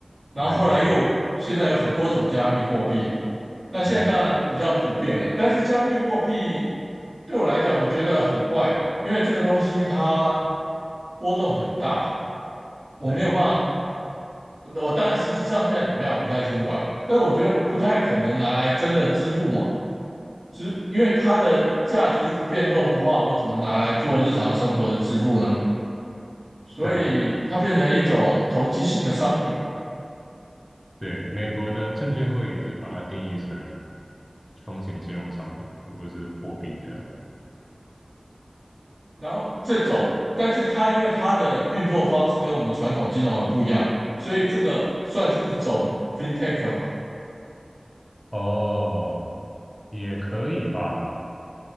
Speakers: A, on the right; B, on the left.
A: 然后后来又现在有很多种加密货币，
B: 哎，对，
A: 那现在当然比较普遍了，
B: 哎，
A: 但是加密货币对我来讲，我觉得很怪嘛，因为这个东西它波动很大，我没有办法，
B: 哎，
A: 我当然实际上现在怎么样我不太清楚啊，但我觉得不太可能拿来真的支付嘛，只因为它的价值一直变动的话，我怎么拿来做日常生活的支付呢？所以它变成一种投机性的商品，
B: 对啊，对，美国的证券会也是把它定义成风险金融商品，而不是货币这样。
A: 然后这种，但是它因为它的运作方式跟我们传统金融很不一样，所以这个算是一种 fintech 吧。
B: 哦，也可以吧，